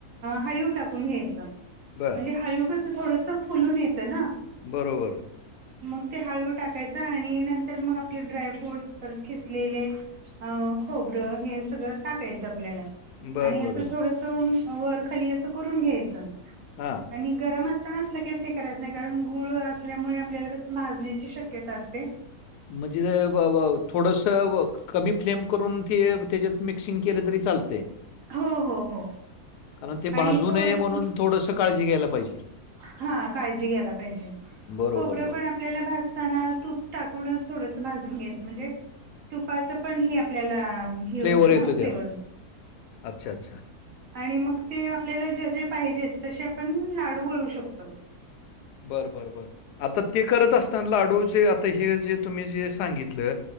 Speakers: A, on the right; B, on the left.
A: हायुव टाकून घ्यायच.
B: बर
A: म्हणजे हयुव कस थोडस फुलून येतं ना.
B: बरोबर.
A: मग ते हळू टाकायचं. आणि नंतर मग आपले ड्राय फ्रूट्स परत खिसलेले. अ खोबरं हे सगळं टाकायचं. आपल्या.
B: बर
A: आणि अस
B: बरोबर
A: थोडस वर खाली अस करून घ्यायचं.
B: हा.
A: आणि गरम असताना अस लगेच हे करायच नाही. कारण गुळ असल्यामुळे आपल्याला कस भाजण्याची शक्यता असते.
B: म्हणजे जे व व थोडस वक कमी फ्लेम करून, ते त्याच्यात मिक्सिंग केले तरी चालते.
A: हो हो हो.
B: कारण ते
A: आणि
B: भाजू
A: थोडस
B: नये म्हणून, थोडस काळजी घ्यायला पाहिजे.
A: हा काळजी घ्यायला पाहिजे.
B: बरोबर
A: खोबरं
B: बरोबर
A: पण आपल्याला भासताना तूप टाकूनच थोडस भाजून घ्यायचं. म्हणजे तुपाच पण हे आप आपल्यांला हे
B: फ्लेवर
A: होतं
B: येतो
A: नां फ्लेवर
B: त्यात अच्छा अच्छा
A: आणि मंग ते आपल्यांला जसे पाहिजेत तंसे आपणं लांडू वळूं शकतो
B: बरं बरं बरं आंता ते करतं असतांना लांडू जे आंता हे जे तुम्हीं जे सांगितलं